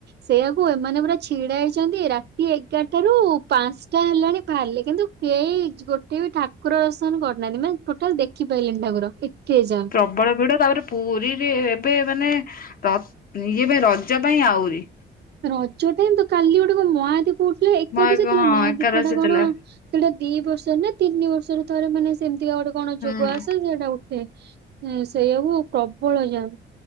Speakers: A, on the right; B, on the left.
A: ସେଇଆକୁ ଏମାନେ ପୁରା ଛିଡା ହେଇଛନ୍ତି ରାତି ଏଗାରଟାରୁୁ ପାଞ୍ଚଟା ହେଲାଣି ବାହାରିଲେ କିନ୍ତୁ କେଇ ଗୋଟେ ବି ଠାକୁର ଦର୍ଶନ କରିନାହାନ୍ତି ମାନେ ଟୋଟାଲ ଦେଖିପାଇଲେନି ଠାକୁର ଏ କେ ଯା।
B: ପ୍ରବଳ ଭିଡ ତାପରେ ପୁରୀରେ ଏବେ ମାନେ ତ ଇଏ ପାଇଁ ରଜା ପାଇଁ ଆହୁରି।
A: ରଜ ଦିନ୍ ତ କାଲି ଗୋଟେ କଣ ମହାଦୀପ ଉଠିଲା ଏକାଦଶ
B: ମୋ
A: ଥିଲା
B: ହଁ
A: ମହାଦୀପ
B: ଏକାଦଶୀ
A: ଟା କଣ
B: ଥିଲା
A: ସେଇଟା ଦି ବର୍ଷ ନା ତିନି ବର୍ଷର ଥରେ ମାନେ ସେମିତିକା ଗୋଟେ କଣ
B: ହୁଁ
A: ଯୋଗ ଆସେ ସେଇଟା ଉଠେ। ହୁଁ ସେଇଆକୁ ପ୍ରବଳ ଯାମେ।